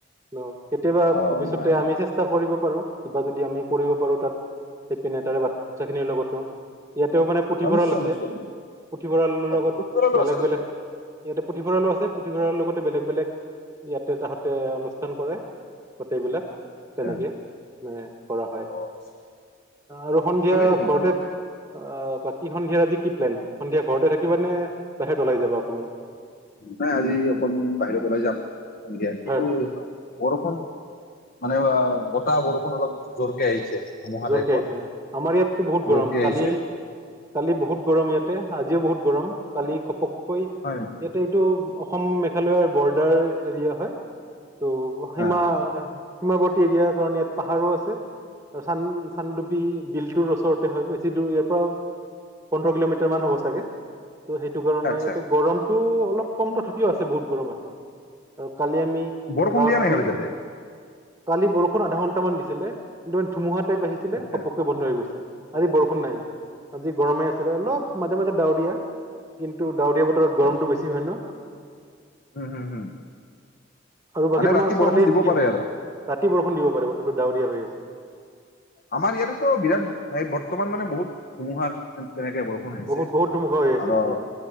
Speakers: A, on the right (about 15°); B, on the left (about 50°).
A: নহ কেতিয়াবা
B: অ',
A: ভৱিষ্যতে
B: নাই,
A: আমি
B: নাই,
A: চেষ্টা কৰিব পাৰো, কিবা যদি আমি কৰিব পাৰো তাত, সেইপিনে তাৰে বাচ্ছাখিনিৰ লগতো ইয়াতেও মানে পুথিভঁৰাল
B: অ', নিশ্চয়,
A: আছে।
B: নিশ্চয়।
A: পুথিভঁৰালৰ লগত
B: আচ্ছা, পুথিভঁৰালো
A: বেলেগ-বেলেগ
B: আছে তাতে,
A: ইয়াতে পুথিভঁৰালো আছে, পুথিভঁৰালৰ লগত ইয়াতে তাহঁতে অনুষ্ঠান কৰে। গোটেইবিলাক
B: আচ্ছা,
A: তেনেকে মে কৰা হয়
B: অ',
A: আৰু সন্ধিয়া
B: ভালেই দেখোন
A: ঘৰতে
B: তেনেহ'লে।
A: আহ বাকী সন্ধিয়াৰ আজি কি প্লেন, সন্ধিয়া ঘৰতে থাকিবা নে বাহিৰত ওলাই যাবা অকণমান।
B: নাই আজি অকন বাহিৰত ওলাই যাম। দিয়াতে
A: বাহিৰত
B: তো বৰষুন মানে অ বতাহ বৰষুণ অলপ জোৰকে আহিছে। ধুমুহা
A: জোৰকে
B: টাইপৰ
A: আহিছে আমাৰ ইয়াততো বহুত গৰম
B: জোৰকে
A: কালি,
B: আহিছে।
A: কালি বহুত গৰম ইয়াতে আজিও বহুত গৰম কালি খপক কৈ ইয়াতে
B: হয় নেকি?
A: এইটো অসম মেক উৱে বৰ্ডাৰ এৰিয়া হয়। টো সীমা
B: হা
A: সীমাৱৰ্তী এৰিয়াৰ কাৰণে ইয়াত পাহাৰো আছে। চান-চানডুবি বিলটোৰ ওচৰতে হয়, বেছি দূৰ ইয়াৰ পৰা পোন্ধৰ কিলোমিটাৰমান হ'ব চাগে। সেইটো কাৰণে
B: আচ্ছা
A: এতে গৰমটো অলপ অলপ কম তথাপিও আছে বহুত গৰম আছে আৰু কালি আমি
B: বৰষুণ
A: গাঁৱত
B: দিয়া নাই
A: গৈ
B: কালি তাতে?
A: কালি বৰষুণ আধা ঘণ্টামান দিছিলে কিন্তু ধুমুহাত তকে বাঢ়িছিলে,
B: আচ্ছা
A: ঘপককৈ বন্ধ হৈ গৈছে। আজি বৰষুণ নাই। আজি গৰমে আছিলে অলপ মাজে মাজে ডাৱৰীয়া কিন্তু ডাউৰীয়া বতৰত
B: আচ্ছা
A: গৰমটো বেছি হয় ন।
B: উম হুম হুম।
A: আৰু বাকী
B: মানে
A: তোমাৰ
B: ৰাতি
A: ছোৱালীৰ
B: বৰষুণ দিব
A: কি
B: পাৰে
A: হ'ল?
B: আৰু
A: ৰাতি বৰষুণ দিব পাৰিব, বতৰটো ডাৱৰীয়া হৈ আছে।
B: আমাৰ ইয়াতেতো বিৰাট এই বৰ্তমান মানে বহুত ধুমুহা তেনেকে বৰষুণ আহিছে
A: বহুত বহুত ধুমুহা হৈ আছে
B: আৰু
A: নেকি
B: অ